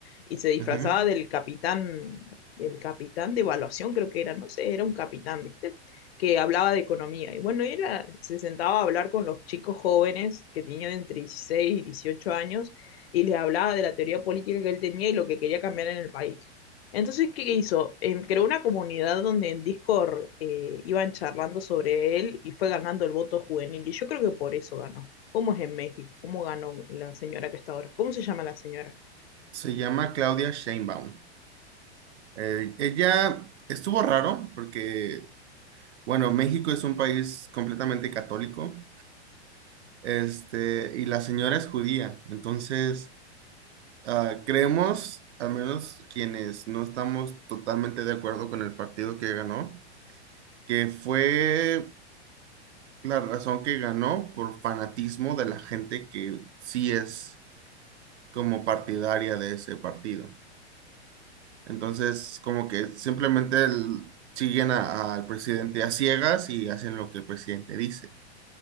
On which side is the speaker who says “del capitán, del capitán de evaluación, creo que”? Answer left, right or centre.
Left